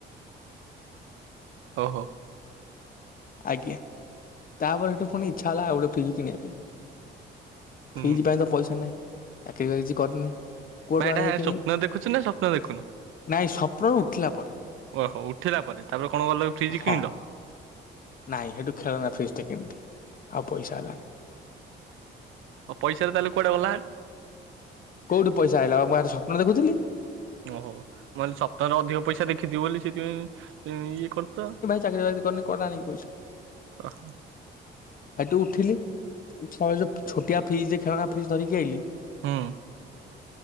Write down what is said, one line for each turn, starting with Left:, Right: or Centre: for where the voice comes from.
Right: ଓହୋ।
Left: ଆଜ୍ଞା! ତାପରେ ହେଠୁ ପୁଣି ଇଚ୍ଛା ହେଲା ଆଉ ଗୋଟେ ଫ୍ରିଜ୍ କିଣିବା ପାଇଁ
Right: ହୁଁ
Left: ଫ୍ରିଜ୍ ପାଇଁ ତ ପଇସା ନାଇଁ। <unintelligible> କିଛି କରିନି। କୋଉଟୁ
Right: ଭାଇ ଏଇଟା
Left: ଆଣିକି କିଣିବି
Right: ସ୍ୱପ୍ନ ଦେଖୁଛ ନା ସ୍ୱପ୍ନ
Left: <inaudible>
Right: ଦେଖୁନ?
Left: ନାଇଁ ସପ୍ନରୁ ଉଠିଲା ପରେ।
Right: ୱହ ଉଠିଲା ପରେ ତାପରେ କଣ ଗଲ କି ଫ୍ରିଜ୍
Left: ହଁ
Right: କିଣିଲ।
Left: ନାଇଁ ହେଠୁ ଖେଳନା ଫ୍ରିଜ୍ ଟେ କିଣ୍ତି ଆଉ ପଇସା ହେଲାନି।
Right: ଓ ପଇସା ତ ତାଏଲେ କୁଆଡ଼େ ଗଲା
Left: କୋଉଡ଼ୁ ପଇସା ଆଇଲା ଆ ମୁଁ ଆଜି ସପ୍ନ ଦେଖୁିତିଲି।
Right: ଓହୋ ମୁଁ ଆଲି ସପ୍ନର ଅଧିକ ପଇସା ଦେଖିତିଅ ବଲି ସେଥିପାଇଁ ତେଁ ଇଏ କର୍ତ
Left: ଚାକରୀ ବାକରି କରିନି କୁଆଡୁ ଆଣିବି ପଇସା।
Right: ଆଉ
Left: ସେଠୁ ଉଠିଲି ଉଠିଲା ବେଳେ ଯୋଉ ଛୋଟିଆ ଫ୍ରିଜ ଖେଳନା ଫ୍ରିଜ ଧରିକି ଆଇିଲି।
Right: ହୁଁ।